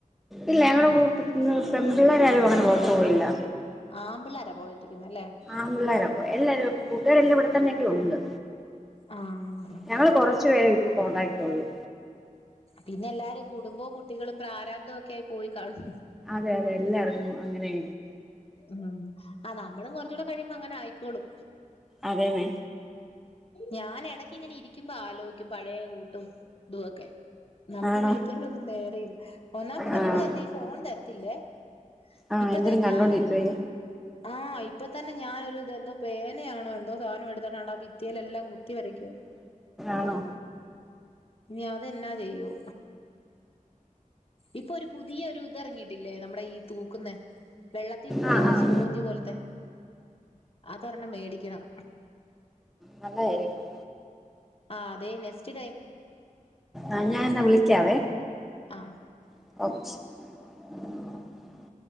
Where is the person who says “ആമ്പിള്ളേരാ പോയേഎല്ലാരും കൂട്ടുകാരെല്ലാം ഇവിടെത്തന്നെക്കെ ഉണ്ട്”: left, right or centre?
Centre